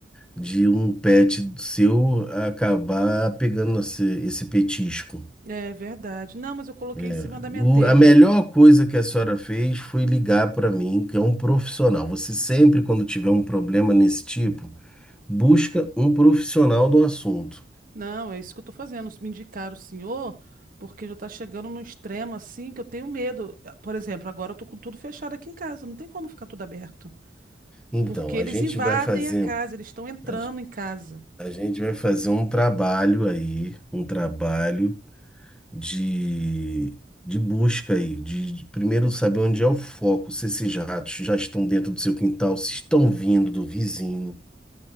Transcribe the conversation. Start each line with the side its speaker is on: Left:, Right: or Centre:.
Centre: de um pet seu acabar pegando esse, esse petisco.
Right: É verdade. Não, mas eu coloquei
Centre: É,
Right: em cima da minha
Centre: o-
Right: telha.
Centre: a melhor coisa que a senhora fez foi ligar para mim, que é um profissional. Você sempre, quando tiver um problema nesse tipo, busca um profissional do assunto.
Right: Não, é isso que eu tô fazendo. Me indicaram o senhor, porque já tá chegando num extremo assim que eu tenho medo. Por exemplo, agora eu tô com tudo fechado aqui em casa. Não tem como ficar tudo aberto.
Centre: Então,
Right: Porque
Centre: a
Right: eles
Centre: gente
Right: invadem
Centre: vai fazer,
Right: a casa, eles estão entrando
Centre: a, ge-
Right: em casa.
Centre: a gente vai fazer um trabalho aí, um trabalho de, de busca aí, de, de primeiro saber onde é o foco, se esses ratos já estão dentro do seu quintal, se estão vindo do vizinho.